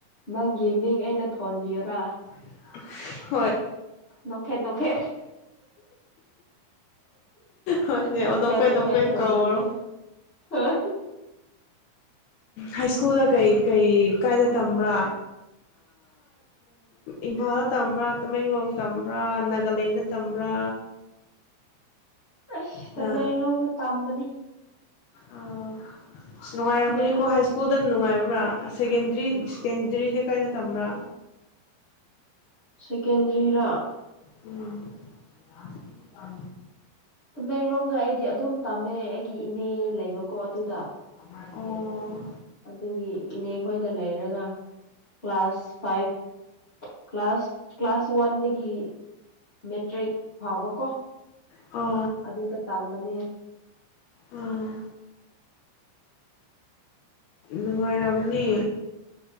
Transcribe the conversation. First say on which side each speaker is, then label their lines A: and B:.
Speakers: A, on the left; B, on the left.
A: ꯅꯪꯒꯤ ꯃꯤꯡ ꯑꯩꯅ ꯊꯣꯟꯕꯤꯔꯥ
B: <unintelligible>
A: ꯅꯈ ꯅ ꯍꯦ
B: ꯍꯣꯏꯅꯦꯅꯄꯩ
A: ꯅꯣꯛꯐꯦꯠ ꯅꯣꯛꯐꯦꯠ
B: ꯅꯄꯩ
A: ꯊꯣꯟꯕꯤꯒꯦ
B: ꯀ ꯑꯣ
A: ꯍꯣꯏ
B: ꯍꯥꯏ ꯁ꯭ꯀꯨꯜꯗ ꯀꯩ ꯀꯩ ꯀꯥꯏꯗ ꯇꯝꯕ꯭ꯔꯥ ꯏꯝꯐꯥꯜꯗ ꯇꯝꯕ꯭ꯔꯥ ꯇꯃꯦꯡꯂꯣꯡꯗ ꯇꯝꯕ꯭ꯔꯥ ꯅꯥꯒꯥꯂꯦꯟꯗ ꯇꯝꯕ꯭ꯔꯥ
A: ꯑꯁ ꯇꯃꯦꯡꯂ
B: ꯅꯪ
A: ꯇꯃꯅꯤ
B: ꯑꯣ ꯑ ꯅꯨꯡꯉꯥꯏꯔꯝꯅꯤꯀꯣ
A: ꯇꯃꯦꯡꯂꯣꯡꯗ
B: ꯍꯥꯏ ꯁ꯭ꯀꯨꯜꯗꯅ ꯅꯨꯡꯉꯥꯏꯕ ꯇꯝꯕ꯭ꯔ ꯁꯦꯟꯗꯔꯤ ꯁꯦꯀꯦꯟꯗꯔꯤꯗ ꯀꯥꯏꯅ ꯇꯝꯕ꯭ꯔꯥ
A: ꯁꯦꯀꯦꯟꯗꯔꯤꯔꯥ
B: ꯎꯝ ꯑ
A: ꯇꯃꯦꯡꯂꯣꯡꯗ ꯑꯩꯗꯤ ꯑꯗꯨꯝ ꯇꯝꯃꯦ ꯑꯩꯒꯤ ꯏꯅꯦ ꯂꯩꯕꯀꯣ ꯑꯗꯨꯗ
B: ꯑꯣ
A: ꯑꯗꯨꯒꯤ ꯏꯅꯦ ꯈꯣꯏꯗ ꯂꯩꯔꯒ ꯀ꯭ꯂꯥꯁ ꯐꯥꯏꯚ ꯀ꯭ꯂꯥꯁ ꯀ꯭ꯂꯥꯁ ꯁꯋꯥꯟꯗꯤꯗꯒꯤ ꯃꯦꯇ꯭ꯔꯤꯛ ꯐꯥꯎꯕꯀꯣ
B: ꯑꯣ
A: ꯑꯗꯨꯗ ꯇꯝꯕꯅꯦ꯫
B: ꯎꯝ ꯅꯨꯡꯉꯥꯏꯔꯝꯅꯤ꯫